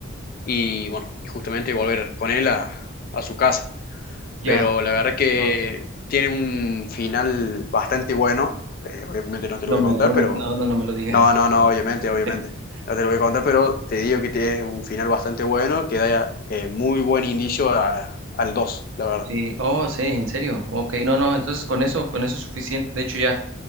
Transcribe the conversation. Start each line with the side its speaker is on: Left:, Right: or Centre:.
Left: y bueno, y justamente volver con él a, a su casa.
Right: Ya,
Left: Pero la verdad que
Right: no,
Left: tiene un final bastante bueno, eh, obviamente no te
Right: no
Left: lo voy
Right: me,
Left: a contar,
Right: no
Left: pero
Right: me, no, no, no me lo digas.
Left: no, no, no, obviamente, obviamente.
Right: <laughs>
Left: No te lo voy a contar, pero te digo que tiene un final bastante bueno que da eh, muy buen indicio a- al 2 la verdad.
Right: Sí, oh, sí, en serio. Ok, no, no, entonces con eso, con eso es suficiente. De hecho, ya.